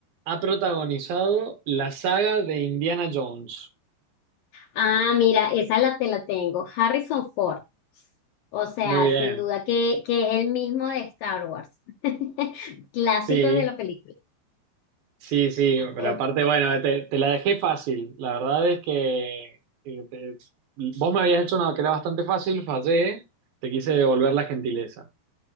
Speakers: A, on the right; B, on the left.
A: ha protagonizado la saga de Indiana Jones?
B: Ah, mira, esa la te la tengo. Harrison Ford. O sea,
A: Muy bien,
B: sin duda que, que es el mismo de Star Wars. <laughs> Clásicos
A: sí,
B: de la película.
A: Sí, sí, pero
B: Ok.
A: aparte, bueno, te, te la dejé fácil. La verdad es que eh, te- vos me habías hecho una que era bastante fácil, fallé, te quise devolver la gentileza.